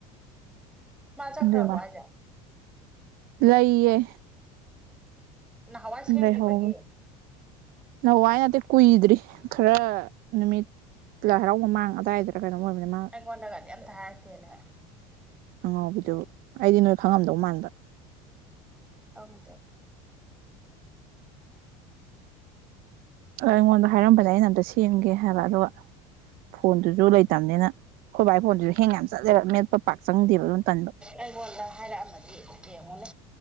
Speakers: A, in the centre; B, on the right.
A: ꯃꯥ ꯆꯥꯥꯠ
B: ꯑꯗꯨꯏ
A: ꯈꯔꯕ
B: ꯃꯥ
A: ꯍꯥꯏꯖꯦ
B: ꯂꯩꯌꯦ
A: ꯅꯍꯥꯟꯋꯥꯏ
B: ꯂꯩꯍꯧꯋꯦ
A: ꯁꯦꯝꯈꯤꯕꯒꯤ
B: ꯅꯋꯥꯏ ꯅꯠꯇꯦ ꯀꯨꯏꯗ꯭ꯔꯤ ꯈꯔ ꯅꯨꯃꯤꯠ ꯂꯥꯏꯍꯔꯥꯎ ꯃꯃꯥꯡ ꯑꯗꯨꯗꯥꯏꯗꯔ ꯀꯩꯅꯣꯝ ꯑꯣꯏꯕ ꯅꯤ ꯃꯥ
A: ꯑꯩꯉꯣꯟꯗꯒꯗꯤ ꯑꯝꯇ ꯍꯥꯏꯔꯛꯇꯦꯅꯦ
B: ꯑꯉꯥꯎꯕꯤꯗꯣ ꯑꯗꯨ ꯑꯩꯗꯤ ꯅꯣꯏ ꯈꯪꯉꯝꯗꯧ ꯃꯥꯟꯕ
A: ꯈꯪꯗꯦ
B: ꯑ ꯑꯩꯉꯣꯟꯗ ꯍꯥꯏꯔꯝꯕꯅꯦ ꯑꯩꯅ ꯑꯝꯇ ꯁꯦꯝꯒꯦ ꯍꯥꯏꯕ ꯑꯗꯨꯒ ꯐꯣꯟꯗꯨꯁꯨ ꯂꯩꯇꯕꯅꯤꯅ ꯑꯩꯈꯣꯏꯕꯥꯏ ꯐꯣꯟꯁꯤꯁꯨ ꯍꯦꯡ ꯌꯥꯝ ꯆꯠꯂꯦꯕ ꯃꯦꯠꯄ ꯄꯥꯛ ꯆꯪꯗꯦꯕ ꯑꯗꯨꯝ ꯇꯟꯕ
A: ꯑꯩꯉꯣꯟꯗ ꯍꯥꯏꯔꯛꯑꯝꯃꯗꯤ ꯌꯦꯡꯉꯨꯅꯦ